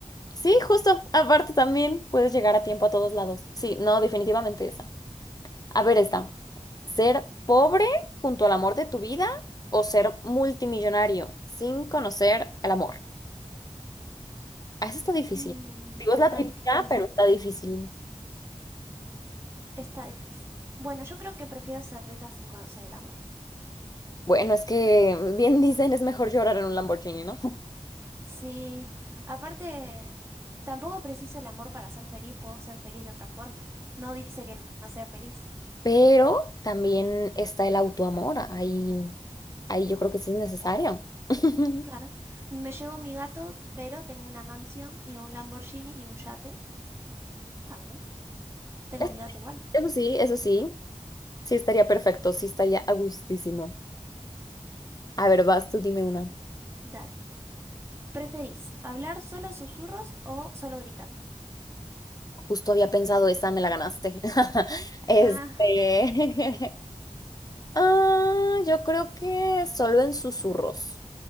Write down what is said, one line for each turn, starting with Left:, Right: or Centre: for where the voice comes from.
Left: sí, justo. Aparte también puedes llegar a tiempo a todos lados. Sí, no, definitivamente esa. A ver, esta. ¿Ser pobre junto al amor de tu vida o ser multimillonario sin conocer el amor? Ah, Eso está difícil.
Right: Mm,
Left: Digo, es
Right: está
Left: la típica,
Right: difícil,
Left: pero está difícil.
Right: está difícil. Bueno, yo creo que prefiero ser rica sin conocer el amor.
Left: Bueno, es que bien <laughs> dicen, es mejor llorar en un Lamborghini, ¿no?
Right: Sí, aparte, tampoco preciso el amor para ser feliz, puedo ser feliz de otra forma. No dice que no sea feliz.
Left: Pero también está el autoamor. Ahí, ahí yo creo que sí es necesario. <laughs>
Right: Claro. Me llevo mi gato, pero tengo una mansión y un Lamborghini y un yate. Está bien. Tengo
Left: Es-
Right: mi gato igual.
Left: Eso sí, eso sí. Sí estaría perfecto, sí estaría a gustísimo. A ver, vas tú, dime una.
Right: Dale. ¿Preferís hablar solo susurros o solo gritando?
Left: Justo había pensado esa, me la ganaste. <laughs> Este.
Right: Ah,
Left: <laughs> Ah, yo creo que solo en susurros.